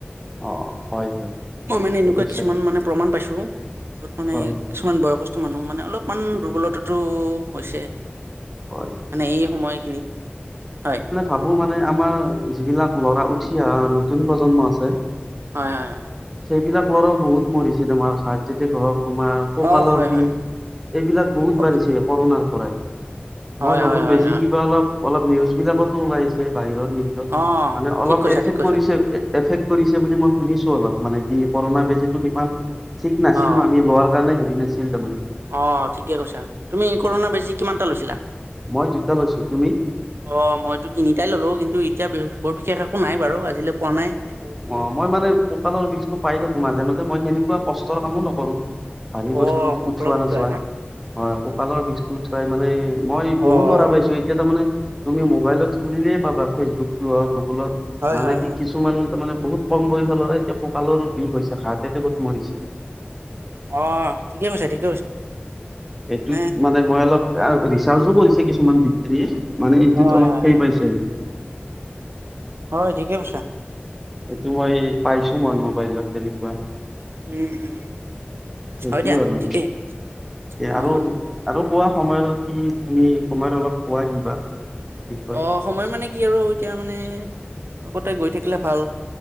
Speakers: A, in the centre; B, on the right.
A: অ হয় হয়
B: মই
A: ঠিকে
B: মানে এনেকুৱা
A: কৈছা
B: কিছুমান মানে প্ৰমাণ পাইছোঁ যত মানে-
A: হয়
B: কিছুমান বয়সস্থ মানুহ মানে অলপমান দুৰ্বলতাটো হৈছে।
A: হয়
B: মানে এই সময়খিনিত হয়।
A: ভাবোঁ, মানে আমাৰ যিবিলাক উঠি অহা নতুন প্ৰজন্ম আছে।
B: হয় হয়।
A: সেইবিলাক ল'ৰাও বহুত মৰিছে তোমাৰ হাৰ্ট এটেক হ'ওক তোমাৰ, কঁকালৰ
B: অ', হয়,
A: বিষ
B: হয়,
A: এইবিলাক বহুত
B: কওক
A: বাঢ়িছে
B: হয়,
A: কৰোণাৰ পৰাই।
B: হয়,
A: মই ভাবোঁ
B: হয়,
A: বেজি
B: হয়,
A: কিবা অলপ অলপ নিউজ বিলাকতো ওলাইছে বাহিৰত।
B: অ',
A: মানে অলপ
B: ঠিক কৈছা,
A: এফেক্ট
B: ঠিক কৈছা,
A: পৰিছে এফেক্ট কৰিছে বুলি মই শুনিছোঁ। অলপ মানে কি কৰোণা বেজীটো সিমান ঠিক নাছিল
B: অ',
A: আমি লোৱাৰ কাৰণে হেৰি নাছিল তাৰমানে
B: অ' ঠিকে কৈছা তুমি কৰোণা বেজি কিমান টা লৈছিলা।
A: মই দুটা লৈছোঁ তুমি।
B: অ, মইতো তিনিটাই ল'লো, কিন্তু এতিয়া বৰ বিশেষ একো নাই বাৰু আজিলৈ পোৱা নাই। একো প্ৰভাৱ।
A: অঁ, মই মানে কুকালৰ বিষটো পাই থাকোঁ। মাজে মাজে মই সেনেকুৱা কষ্টৰ কামো নকৰোঁ। ভাৰি
B: অ',
A: বস্তু
B: কঁকালৰ
A: উঠোৱা
B: বিষটো
A: নাযাই।
B: আহে ন
A: হয়। কঁকালৰ বিষটো মানে মই বহু
B: অ'।
A: ল'ৰা পাইছোঁ, এতিয়া তাৰ মানে তুমি মোবাইলত খুলিলেই পাবা ফেচবুকটো হওক, গুগলত
B: হয়,
A: মানে
B: হয়,
A: কি
B: হয়।
A: কিছুমান ত' মানে বহুত কম বয়সৰ ল'ৰা এতিয়া কঁকালৰ বিষ হৈছে। হাৰ্ট এতেকট বহুত মৰিছে।
B: অ', ঠিকে কৈছে দিয়া।
A: এইটো
B: মানে
A: মই অলপ, ৰিচাৰ্চো কৰিছে কিছুমানে। হেৰি মানে এইটোত
B: হয়,
A: অলপ
B: হয়,
A: ফেই
B: হয়।
A: পাইছে।
B: হয়, ঠিকেই কৈছা।
A: সেইটো মই পাইছোঁ, মই মোবাইলত তেনেকুৱা।
B: উম, উম,
A: সেইটো
B: হয় দিয়া,
A: আৰু
B: ঠিকেই। অ'।
A: আৰু-
B: ঠিক
A: আৰু কোৱা সময়ৰ কি তুমি সময়ৰ অলপ পোৱা কিবা বিষয়?
B: অ', সময় মানে কি আৰু এতিয়া মানে, লগতে গৈ থাকিলে ভাল।